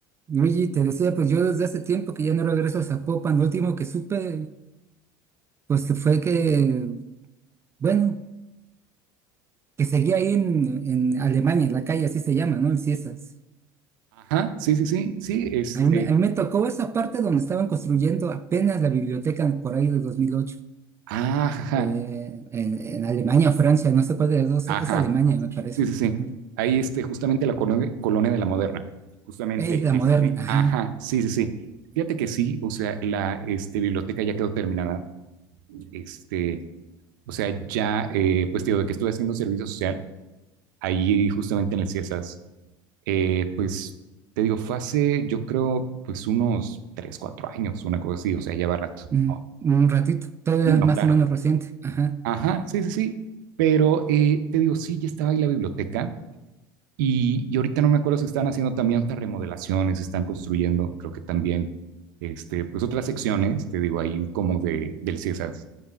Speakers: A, on the right; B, on the right.
A: No, Oye, te decía, pues yo desde hace tiempo que ya no regreso a Zapopan. Lo último que supe, pues que fue que, bueno, que seguía ahí en, en Alemania, la calle así se llama, ¿no? En Ciesas.
B: Ajá, sí, sí, sí, sí, este,
A: A mí, me- a mí me tocó esa parte donde estaban construyendo apenas la biblioteca por ahí de 2008,
B: ajá,
A: eh, en, en Alemania o Francia, no sé cuál de las dos,
B: ajá,
A: es Alemania, me parece.
B: sí, sí,
A: ¿no?
B: sí.
A: Ajá.
B: Ahí, este, justamente la colonia, colonia de la Moderna, justamente,
A: Ey, la moderna,
B: este,
A: ajá.
B: ajá, sí, sí, sí. Fíjate que sí, o sea, la, este, biblioteca ya quedó terminada, este, O sea, ya, eh, pues te digo, de que estuve haciendo servicio social, ahí justamente en el CIESAS, eh, pues te digo, fue hace, yo creo, pues unos tres, cuatro años, una cosa así, o sea, lleva rato.
A: Mm,
B: No,
A: un ratito, todavía
B: Sí, no,
A: más
B: claro.
A: o menos reciente, ajá.
B: Ajá, sí, sí, sí. Pero eh, te digo, sí, ya estaba ahí la biblioteca y, y ahorita no me acuerdo si están haciendo también otras remodelaciones, si están construyendo, creo que también, este, pues otras secciones, te digo, ahí como de, del CIESAS.